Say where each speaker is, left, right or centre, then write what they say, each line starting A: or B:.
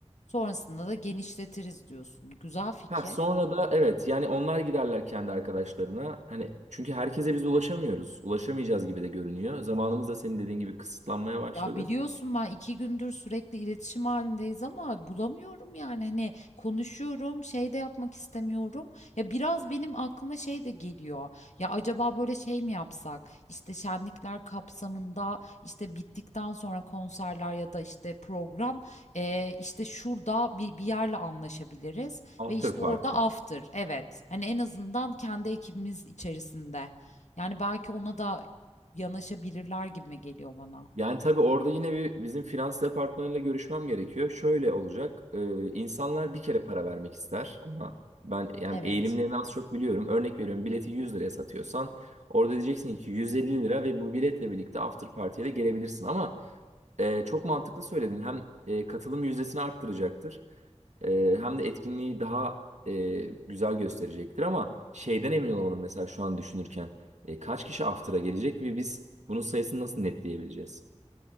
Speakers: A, on the left; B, on the right.
A: Sonrasında da genişletiriz diyorsun. Güzel fikir.
B: Ha sonra da evet yani onlar giderler kendi arkadaşlarına. Hani çünkü herkese biz ulaşamıyoruz. Ulaşamayacağız gibi de görünüyor. Zamanımız da senin dediğin gibi kısıtlanmaya başladı.
A: Ya biliyorsun ben iki gündür sürekli iletişim halindeyiz ama bulamıyorum yani hani konuşuyorum şey de yapmak istemiyorum. Ya biraz benim aklıma şey de geliyor. Ya acaba böyle şey mi yapsak? İşte şenlikler kapsamında işte bittikten sonra konserler ya da işte program eee, işte şurada bir, bir yerle anlaşabiliriz
B: After
A: ve işte
B: party.
A: orada after evet hani en azından kendi ekibimiz içerisinde. Yani belki ona da yanaşabilirler gibime geliyor bana.
B: Yani tabii orada yine bir bizim finans departmanıyla görüşmem gerekiyor. Şöyle olacak. e, insanlar bir kere para vermek ister ona. Ben yani
A: Evet.
B: eğilimlerini az çok biliyorum. Örnek veriyorum bileti 100 liraya satıyorsan orada diyeceksin ki 150 lira ve bu biletle birlikte after party'ye de gelebilirsin. Ama e, çok mantıklı söyledin. Hem e, katılım yüzdesini arttıracaktır. E, hem de etkinliği daha e, güzel gösterecektir ama şeyden emin olamadım mesela şu an düşünürken. E, kaç kişi after'a gelecek ve biz bunun sayısını nasıl netleyebileceğiz?